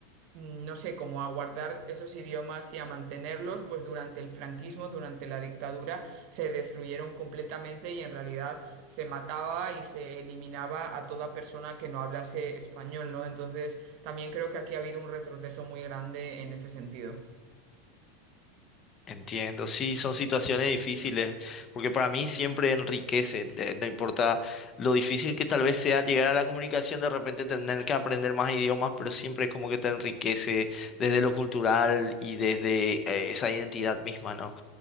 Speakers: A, on the right (about 55°); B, on the left (about 35°).
A: mm, no sé, como a guardar esos idiomas y a mantenerlos, pues durante el franquismo, durante la dictadura, se destruyeron completamente y en realidad se mataba y se eliminaba a toda persona que no hablase español, ¿no? Entonces, también creo que aquí ha habido un retroceso muy grande en ese sentido.
B: Entiendo. Sí, son situaciones difíciles, porque para mí siempre enriquece, eh, no importa lo difícil que tal vez sea llegar a la comunicación, de repente tener que aprender más idiomas, pero siempre es como que te enriquece desde lo cultural y desde, eh, esa identidad misma, ¿no?